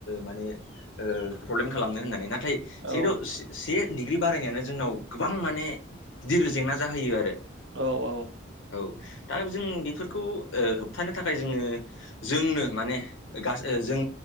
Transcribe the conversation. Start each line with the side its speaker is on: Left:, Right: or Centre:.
Left: माने ओ प्रब्लेम खालामनो होननानै नाथाय
Right: औ
Left: <unintelligible> बे डिग्रि बारायनायानो जोंनाव गोबां माने गिदिर जेंना जाहोयो आरो।
Right: औ औ
Left: औ दा जों बेफोरखौ ओ होबथानो थाखाय जोङो जोंनो माने गासै ओ जों